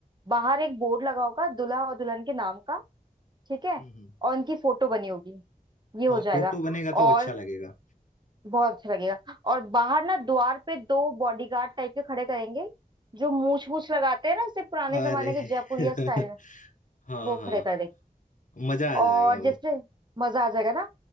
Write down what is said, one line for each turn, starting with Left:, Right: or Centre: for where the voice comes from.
Right: बाहर एक बोर्ड लगा होगा दूल्हा और दुल्हन के नाम का ठीक है
Left: हम्म हम्म।
Right: और उनकी फोटो बनी होगी ये हो
Left: हाँ
Right: जाएगा
Left: फोटो बनेगा तो
Right: और
Left: अच्छा लगेगा
Right: बहुत अच्छा लगेगा और बाहर ना द्वार पे दो बॉडीगार्ड टाइप के खड़े करेंगे जो मूछ मूछ लगाते हैं ना जैसे पुराने
Left: अरे
Right: जमाने के जयपुरिया
Left: <laughs>
Right: स्टाइल में
Left: हाँ
Right: वो
Left: हाँ
Right: खड़े कर देंगे
Left: मजा आ
Right: और
Left: जाएगा वो
Right: जैसे मजा आ जाएगा ना